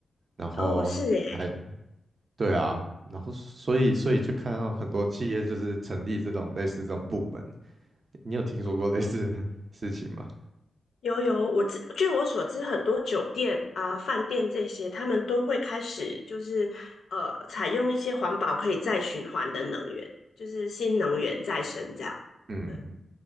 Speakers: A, on the right (about 45°); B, on the left (about 75°).
A: 然后还
B: 哦，是诶，
A: 对啊，然后所以所以就看到很多企业就是成立这种类似这种部门，你有听说过类似的
B: 嗯，
A: <laughs> 事情吗？
B: 有有，我知，据我所知，很多酒店啊、饭店这些，他们都会开始就是呃，采用一些环保可以再循环的能源，就是新能源再生这样。
A: 嗯，
B: 对。